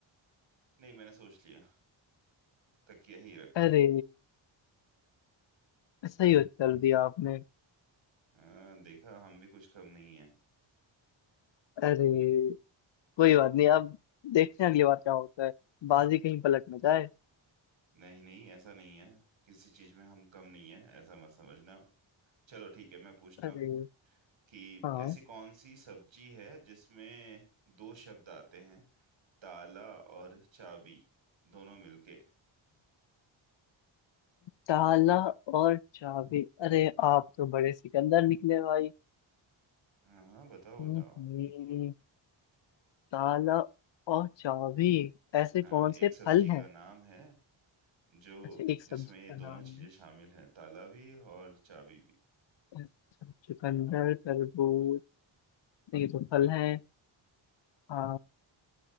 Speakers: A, on the right; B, on the left.
A: नहीं मैंने सोच लिया तकिया ही रखते
B: अरे
A: हैं
B: सही उत्तर दिया आपने
A: हाँ देखा हम भी कुछ कम नहीं है
B: अरे कोई बात नहीं अब देखते हैं अगली बार क्या होता है बाजी कहीं पलट न जाए
A: नहीं नहीं ऐसा नहीं है किसी चीज में हम कम नहीं है ऐसा मत समझना चलो ठीक है मैं पूछता
B: अरे
A: हूँ कि
B: हाँ
A: ऐसी कौन सी सब्जी है जिसमें दो शब्द आते हैं ताला और चाबी दोनों मिलके
B: ताला और चाबी अरे आप तो बड़े सिकंदर निकले भाई
A: हाँ हाँ, बताओ
B: हम्म
A: बताओ
B: हम्म, ताला और चाबी ऐसे
A: हाँ
B: कौन से
A: एक सब्जी
B: फल हैं
A: का नाम है जो
B: अच्छा एक सब्जी
A: जिसमें ये दोनों
B: का नाम
A: चीजें
B: है
A: शामिल हैं ताला भी और चाबी भी
B: अच्छा, चुकंदर तरबूज नहीं, ये तो फल है आ,